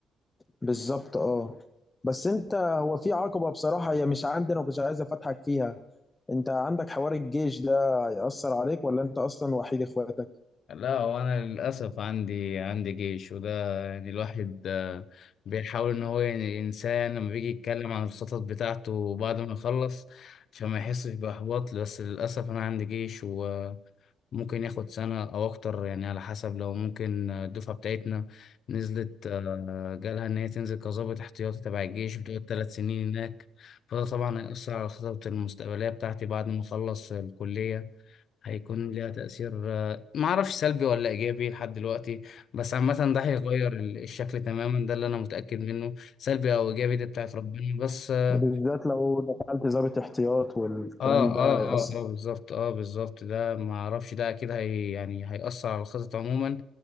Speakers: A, on the left; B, on the left.
A: بالظبط اه بس انت هو في عقبة بصراحة هي مش عندي انا كنت عايز افتحك فيها انت عندك حوار الجيش ده هيأثر عليك ولا انت اصلا وحيد اخواتك
B: لا وانا للاسف عندي عندي جيش وده يعني الواحد آه، بيحاول ان هو يعني ينساه يعني لما بيجي يتكلم عن الخطط بتاعته بعد ما يخلص عشان ما يحسش باحباط بس للاسف انا عندي جيش و ممكن ياخد سنة أو أكتر يعني على حسب لو ممكن الدفعة بتاعتنا نزلت آه، جالها إن هي تنزل كظابط احتياطي تبع الجيش بتقعد ثلاث سنين هناك فده طبعا هيأثر على خطط المستقبلية بتاعتي بعد ما أخلص الكلية هيكون ليها تأثير آه، معرفش سلبي ولا إيجابي لحد دلوقتي بس عامة ده هيغير ال- الشكل تماما ده اللي أنا متأكد منه سلبي أو إيجابي دي بتاعت ربنا بس آه،
A: وبالذات لو دخلت ضابط احتياط والكلام
B: اه اه
A: ده
B: اه
A: هيأثر
B: اه بالظبط اه بالظبط ده ما اعرفش ده اكيد هي يعني هيأثر على الخطط عموما